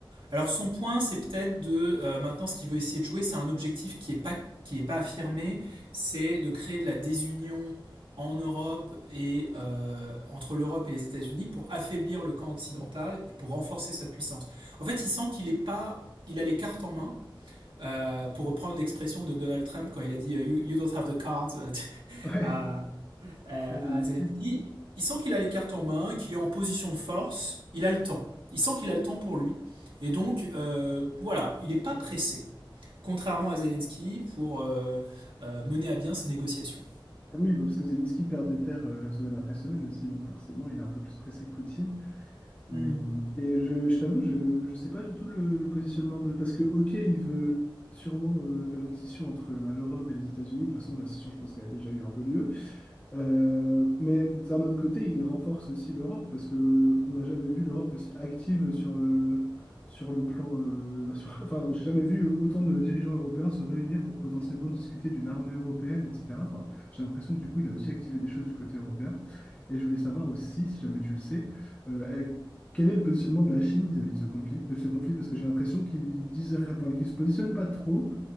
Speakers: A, on the right; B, on the left.
A: Alors son point, c'est peut-être de euh, maintenant ce qu'il veut essayer de jouer, c'est un objectif qui n'est pas qui est pas affirmé, c'est de créer de la désunion en Europe et euh, entre l'Europe et les États-Unis pour affaiblir le camp occidental et pour renforcer sa puissance. En fait, il sent qu'il est pas, il a les cartes en main. euh, pour reprendre l'expression de Donald Trump quand il a dit euh, you, you don't have the cards euh, <laughs>
B: Ouais,
A: à, euh,
B: à Zelensky.
A: à Zelensky. Il sent qu'il a les cartes en main, qu'il est en position de force, il a le temps. Il sent qu'il a le temps pour lui. Et donc, euh, voilà, il n'est pas pressé, contrairement à Zelensky, pour euh, euh, mener à bien ses négociations.
B: Oui, bah, parce que Zelensky perd des terres euh, semaine après semaine aussi, donc forcément, il est un peu plus pressé que Poutine.
A: Hmm.
B: Hum, Et je, je t'avoue, je ne sais pas du tout le, le positionnement de... Parce que, OK, il veut sûrement euh, faire une scission entre bah, l'Europe et les États-Unis. De toute façon, la scission, je pense qu'elle a déjà eu un peu lieu. Euh, mais d'un autre côté, il renforce aussi l'Europe parce que on n'a jamais vu l'Europe aussi active sur le, sur le plan. euh, bah, sur- <laughs> enfin, j'ai jamais vu autant de dirigeants européens se réunir pour potentiellement discuter d'une armée européenne, etc. Enfin, j'ai l'impression que du coup, il a aussi activé des choses du côté européen. Et je voulais savoir aussi, si jamais tu le sais, euh, eh, quel est le positionnement de la Chine vis-à-vis de ce conflit, de ce conflit, parce que j'ai l'impression qu'ils disent, enfin, qu'ils se positionnent pas trop,